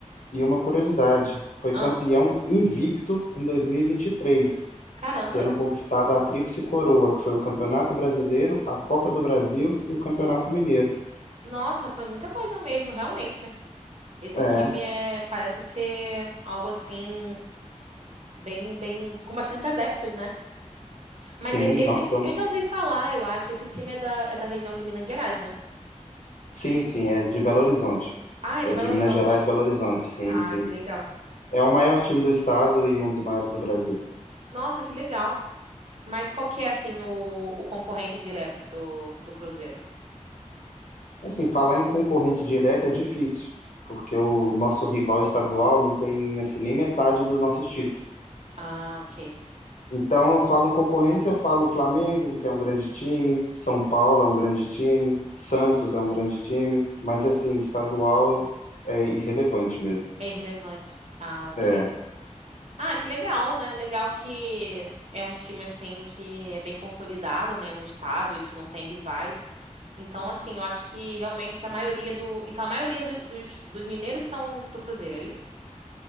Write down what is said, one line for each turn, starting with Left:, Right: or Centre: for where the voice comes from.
Left: E uma curiosidade, foi
Right: Ah,
Left: campeão invicto em 2023,
Right: caramba.
Left: tendo conquistado a Tríplice Coroa, que foi o Campeonato Brasileiro, a Copa do Brasil e o Campeonato Mineiro.
Right: Nossa, foi muita coisa mesmo, realmente. Esse
Left: É,
Right: time é parece ser algo assim bem bem com bastantes adeptos, né? Mas
Left: sim,
Right: e- esse
Left: nós estamos.
Right: eu já ouvi falar, eu acho, esse time é da é da região de Minas Gerais, né?
Left: Sim, sim, é de Belo Horizonte.
Right: Ah, é
Left: É
Right: de Belo
Left: de
Right: Horizonte.
Left: Minas Gerais, Belo Horizonte, sim,
Right: Ah,
Left: sim.
Right: que legal.
Left: É o maior time do estado e um dos maiores do Brasil.
Right: Nossa, que legal. Mas qual que é assim o, o concorrente direto do do Cruzeiro?
Left: Assim, falar em concorrente direto é difícil, porque o nosso rival estadual não tem assim nem metade dos nossos títulos.
Right: Ah, ok.
Left: Então, eu falo um concorrente, eu falo Flamengo, que é um grande time, São Paulo é um grande time, Santos é um grande time, mas assim, estadual é irrelevante mesmo.
Right: É irrelevante. Ah, ok.
Left: É,
Right: Ah, que legal, né? Legal que é um time assim que é bem consolidado, né, no estado e que não tem rivais. Então, assim, eu acho que realmente a maioria do, então a maioria do- dos, dos mineiros são do Cruzeiro, é isso?